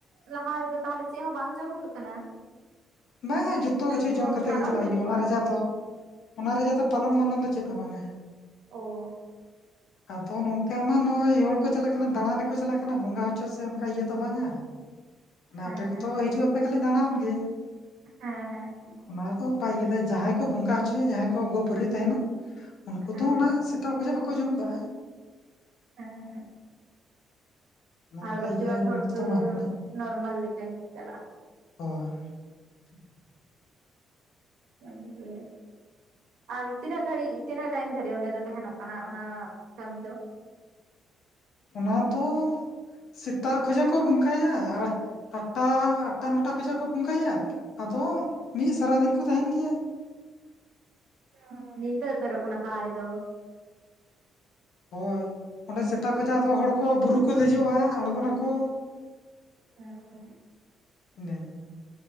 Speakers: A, on the right; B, on the left.
A: ᱞᱟᱦᱟ ᱨᱮᱫᱚ ᱛᱟᱦᱚᱞᱮ ᱪᱮᱫ ᱦᱚᱸ ᱵᱟᱝ ᱪᱚᱯ ᱦᱩᱭᱩᱜ ᱠᱟᱱᱟ
B: ᱵᱟᱝᱼᱟ ᱡᱚᱛᱚ ᱠᱤᱪᱷᱩ
A: ᱠᱚᱫᱚ
B: ᱡᱚᱢ ᱠᱟᱛᱮ
A: ᱵᱟᱨᱚᱱ
B: ᱜᱮ ᱪᱟᱞᱟᱜ
A: ᱦᱩᱭᱩᱜᱚᱜᱼᱟ
B: ᱦᱩᱭᱩᱜᱼᱟ ᱚᱱᱟ ᱨᱮᱭᱟᱜᱟ ᱫᱚ ᱚᱱᱟ ᱨᱮᱭᱟᱜ ᱫᱚ ᱯᱟᱞᱚᱱ-ᱢᱟᱞᱚᱱ ᱫᱚ ᱪᱮᱫ ᱦᱚᱸ ᱵᱟᱝᱼᱟ
A: ᱚ
B: ᱟᱫᱚ ᱱᱚᱝᱠᱟ ᱢᱟ ᱱᱚᱜᱼᱚᱭ ᱦᱚᱲ ᱠᱚ ᱪᱟᱞᱟᱜ ᱠᱟᱱᱟ ᱫᱟᱬᱟᱱᱠᱚ ᱪᱟᱞᱟᱜ ᱠᱟᱱᱟ ᱵᱚᱸᱜᱟ ᱦᱚᱪᱚ ᱥᱮ ᱚᱱᱠᱟ ᱤᱭᱟᱹ ᱫᱚ ᱵᱟᱝᱟ
A: ᱦᱮᱸ
B: ᱟᱯᱮ ᱠᱚᱛᱚ
A: ᱦᱮᱸ
B: ᱦᱤᱡᱩᱜ ᱟᱯᱮ ᱠᱷᱟᱞᱤ ᱫᱟᱬᱟᱱ ᱜᱮ
A: ᱦᱮᱸ ᱦᱮᱸ
B: ᱚᱱᱟ ᱫᱚ ᱵᱟᱭ ᱡᱟᱦᱟᱸᱭ ᱠᱚ ᱵᱚᱸᱜᱟ ᱦᱚᱪᱚᱭᱟ ᱡᱟᱦᱟᱸᱭ ᱠᱚ ᱜᱚ ᱵᱷᱟᱹᱨᱭ ᱛᱟᱦᱮᱱᱟ ᱩᱱᱠᱩ
A: ᱦᱮᱸ
B: ᱫᱚ ᱚᱱᱟ ᱥᱮᱛᱟᱜ ᱵᱮᱞᱟ ᱵᱟᱠᱚ ᱡᱚᱢ ᱠᱟᱜᱼᱟ
A: <unintelligible>
B: ᱚᱱᱠᱟ
A: ᱟᱨ ᱵᱟᱹᱠᱤ
B: ᱤᱭᱟᱹ
A: ᱵᱟᱫ ᱦᱚᱲ
B: ᱡᱤᱱᱤᱥ
A: ᱫᱚ
B: ᱵᱟᱝ ᱠᱟᱱᱟ
A: ᱱᱚᱨᱢᱟᱞ ᱞᱮᱠᱟ ᱜᱮᱠᱚ ᱪᱟᱞᱟᱜᱼᱟ
B: <unintelligible>
A: <inaudible> ᱟᱨ ᱛᱤᱱᱟᱹᱜ ᱜᱷᱟᱹᱲᱤᱡ ᱛᱤᱱᱟᱹᱜ ᱴᱟᱭᱤᱢ ᱫᱟᱹᱨᱤᱡ ᱚᱸᱰᱮ ᱫᱚ ᱛᱟᱦᱮᱱᱚᱜ ᱠᱟᱱᱟ ᱚᱱᱟ ᱠᱟᱹᱢᱤ ᱫᱚ
B: ᱚᱱᱟ ᱫᱚ ᱥᱮᱛᱟᱜ ᱠᱷᱚᱡᱟᱜ ᱠᱚ ᱵᱚᱸᱜᱟᱭᱟ ᱟᱨ ᱟᱴᱴᱟ ᱟᱴᱴᱟ ᱱᱚᱴᱟ ᱠᱷᱚᱱᱟᱜ ᱠᱚ ᱵᱚᱸᱜᱟᱭᱟ ᱟᱫᱚ ᱢᱤᱫ ᱥᱟᱨᱟᱫᱤᱱ ᱠᱚ ᱛᱟᱦᱮᱱ ᱜᱮᱭᱟ
A: <unintelligible> ᱧᱤᱫᱟᱹ ᱩᱛᱟᱹᱨᱚᱜ ᱠᱟᱱᱟ ᱛᱟᱦᱚᱞᱮ ᱛᱚ
B: ᱦᱳᱭ ᱚᱸᱰᱮ ᱥᱮᱛᱟ ᱠᱷᱚᱡᱟᱜ ᱟᱫᱚ ᱦᱚᱲᱠᱚ ᱵᱩᱨᱩ ᱠᱚ ᱫᱮᱡᱚᱜᱼᱟ ᱟᱬᱜᱚᱱᱟᱠᱚ
A: ᱦᱮᱸ ᱦᱮᱸ
B: <inaudible>